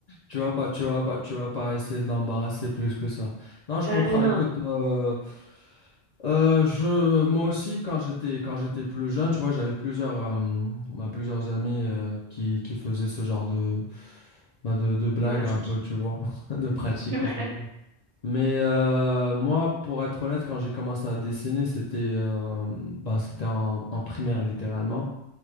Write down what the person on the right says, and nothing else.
Ouais,
non,
des pratiques.
<laughs> ouais,